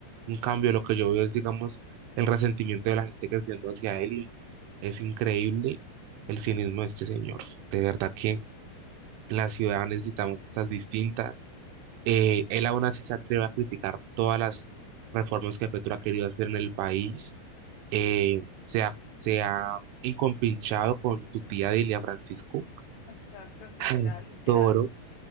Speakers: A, on the right; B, on the left.
A: un cambio, lo que yo veo es, digamos, el resentimiento de la gente que siento hacia él y es increíble el cinismo de este señor. De verdad que la ciudad necesitamos cosas distintas eh, él aún así se atreve a criticar todas las reformas que Petro ha querido hacer en el país. eh, se ha, se ha encompinchado con tu tía Delia Francisco
B: Exacto, literal,
A: <laughs>
B: literal.
A: Toro